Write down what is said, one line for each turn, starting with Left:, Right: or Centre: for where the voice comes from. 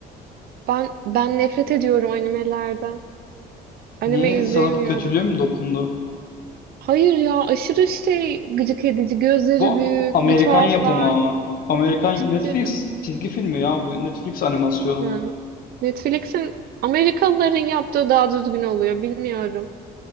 Right: Ben ben nefret ediyorum animelerden. Anime
Left: Niye?
Right: izleyemiyorum.
Left: Sana bir kötülüğüm dokundu.
Right: Hayır ya aşırı şey gıcık edici. Gözleri
Left: Bu
Right: büyük,
Left: Amerikan
Right: bir tuhaflar,
Left: yapımı ama. Amerikan
Right: tipleri.
Left: Netflix çizgi filmi ya bu. Netflix animasyonu.
Right: Yani Netflix'in Amerikalıların yaptığı daha düzgün oluyor bilmiyorum.